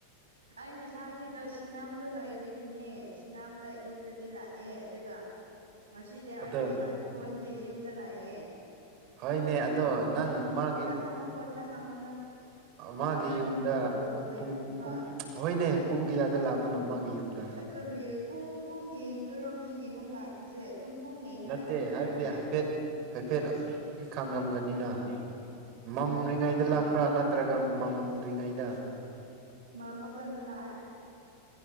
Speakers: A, on the right; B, on the right.
A: ꯑꯩ ꯉꯁꯥꯏꯒꯤꯗꯣ ꯁꯤꯅꯥꯝꯗ ꯂꯩꯕꯒꯤꯅꯦ ꯁꯤꯅꯥꯝꯗ ꯑꯌꯨꯛꯇꯗꯤ ꯂꯥꯛꯑꯦ ꯑꯗꯨꯒ ꯉꯁꯤꯗꯤ
B: ꯑꯗꯣ
A: ꯑꯩꯒꯤ ꯏꯃꯥꯈꯣꯟꯒꯤ ꯌꯨꯝꯗ ꯂꯥꯛꯌꯦꯦ
B: ꯍꯣꯏꯅꯦ ꯑꯗꯣ ꯅꯪ ꯃꯥꯒꯤ
A: ꯍꯥꯡꯉꯣ ꯈꯣꯟꯗ ꯍꯥꯡꯉꯣ ꯅꯪ
B: ꯃꯥꯒꯤ
A: ꯊꯥꯖꯗ꯭ꯔꯗꯤ
B: ꯌꯨꯝꯗ
A: ꯀꯜꯂꯨ ꯍꯣꯏꯅꯦ
B: ꯄꯨꯡ
A: ꯍꯣꯏ
B: ꯄꯨꯡ ꯍꯣꯏꯅꯦ ꯄꯨꯡ ꯀꯌꯥꯗ ꯂꯥꯛꯄꯅꯣ ꯃꯥꯒꯤ ꯌꯨꯝꯗ
A: ꯀ ꯄꯨꯡ ꯄꯨꯡ ꯌꯦꯡꯗꯣꯏꯔꯣ ꯃꯤꯒꯤ ꯌꯨꯝ ꯂꯥꯛꯄꯁꯦ ꯑꯗꯨꯝ ꯄꯨꯡ ꯌꯦꯡꯉꯒ
B: ꯅꯠꯇꯦ
A: ꯆꯠꯇꯣꯏꯔꯣꯅꯦ
B: ꯍꯥꯏꯕꯗꯤ ꯍꯥꯏꯐꯦꯠ ꯍꯥꯏꯐꯦꯠ ꯈꯥꯡꯉꯝꯒꯅꯤꯅ ꯃꯝꯔꯤꯉꯩꯗ
A: ꯈꯪꯗꯦ ꯑꯗꯨꯕꯨꯗꯤ
B: ꯂꯥꯛꯄ꯭ꯔꯥ ꯅꯠꯇ ꯅꯠꯇ꯭ꯔꯒ ꯃꯝꯗ꯭ꯔꯤꯉꯩꯗ
A: ꯃꯥꯝꯕ ꯀꯥꯟꯗ ꯂꯥꯛꯑꯦ